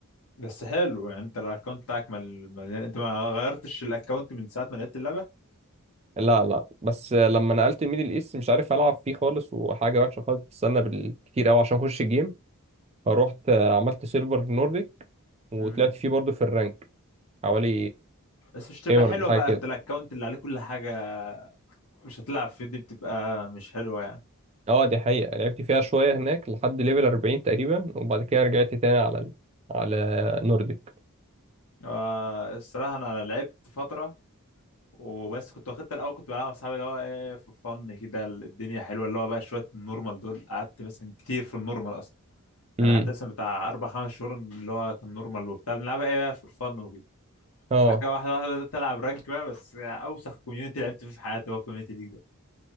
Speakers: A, on the left (about 75°); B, on the right (about 30°).
A: بس حلو يعني انت الاكونت بتاعك مل... مل... انت ما غيرتش الاكونت من ساعة ما لعبت اللعبة
B: لا لا بس لما نقلت الميدل إيست مش عارف ألعب فيه خالص وحاجة وحشة خالص بستنى بالكتير أوي عشان أخش الجيم فروحت عملت سيلفر نورديك وطلعت
A: امم
B: فيه برضه في الرانك حوالي
A: بس مش تبقى
B: ايمرالد
A: حلوة
B: حاجة
A: بقى
B: كده
A: انت الاكونت اللي عليه كل حاجة مش هتلعب فيه دي بتبقى مش حلوة يعني
B: اه دي حقيقة لعبت فيها شوية هناك لحد ليفل 40 تقريبا وبعد كده رجعت تاني على ال... على نورديك
A: آه الصراحة انا لعبت فترة وبس كنت واخدت الاول كنت بلعب مع اصحابي اللي هو ايه فور فن كده الدنيا حلوة اللي هو بقى شوية النورمال دول قعدت مثلا كتير في النورمال اصلا
B: امم
A: انا قعدت مثلا بتاع اربع خمس شهور اللي هو كان نورمال وبتاع بنلعبها ايه بقى فور فن وكده
B: اه
A: بعد كده واحده واحده بدات العب رانك بقى بس اوسخ كوميونتي لعبت فيه في حياتي هو الكوميونتي ليج ده